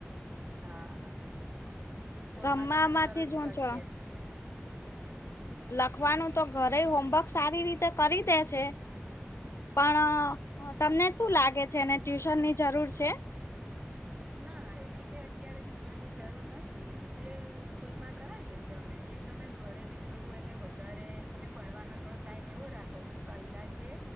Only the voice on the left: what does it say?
રમવામાંથી
જ હું
છું
લખવાનું તો, ઘરે હોમવર્ક સારી રીતે કરી દે છે. પણ
તમને શું લાગે છે? એને ટ્યુશન ની જરૂર છે?